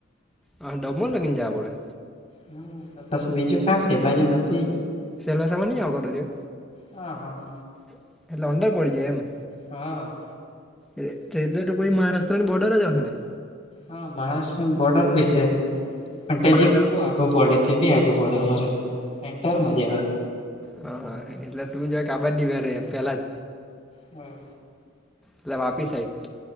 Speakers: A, in the centre; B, on the left.
A: હ દમન લગીન જાવા પડે.
B: હમ તો પછી બીજું કાં છે એબાજુ નથી.
A: સેલવાસામાં નહી આવલો ડરિઓ?
B: હા હા
A: એટલે અંદર પડી જાય એમ.
B: હા.
A: એ તે એટલે તો પહી મહારાષ્ટ્રની બોર્ડર જ અહે ને?
B: હા મહારાષ્ટ્ર બોર્ડર બી છે પણછે, તે
A: એટલે
B: જીક
A: તો
B: બો આગું પડે તે બી આગું પડે, અમારે તો એન્ટરમાં જેવા.
A: હ હા એટલે તું જાક આબાજની મેળ રેય પેલા જ.
B: હમ.
A: એટલે વાપી સાઇડ.